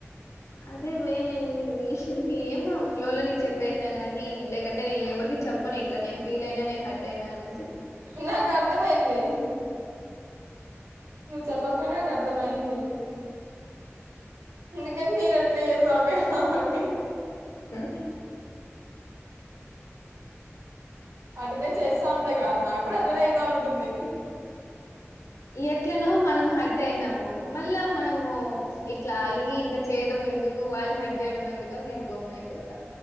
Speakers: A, on the left; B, on the right.
A: అదే వే నేన్ చేషిన్ ఏమో ఫ్లో లో నీకు చెప్పేసిన గాని లేకంటే నే ఎవరికి చెప్పను ఇట్ల నేను ఫీల్ అయిన నేను హార్ట్ అయిన అని
B: నాకు అర్థమయింది నువ్వు చెప్పకపోయిన నాకు అర్థం అయింది ఎందుకంటె నేను ఎట్నే చేస్త ఉంట కాబట్టి
A: ఆమ్
B: అటనే చేస్తా ఉంటా గ నాకు కూడ అటనే అయితా ఉంటుంది
A: ఎట్లనో మనం హట్ అయినాము మళ్ళా మనము ఇట్ల అలిగి ఇంత చేయడం ఎందుకు వాళ్ళని హార్ట్ చేయడం ఎందుకు అని నేను గమ్మున అయిపోత